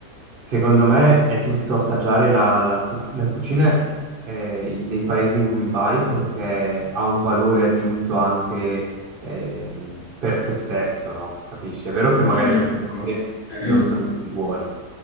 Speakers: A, on the right (about 40°); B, on the left (about 20°).
A: secondo me è giusto assaggiare la, la cu- la cucina eh, dei paesi in cui vai perché ha un valore aggiunto anche ehm, per te stesso, no? Capisci? È vero che magari
B: Mm.
A: certe cose
B: <clears throat> Mm.
A: non sono così buone,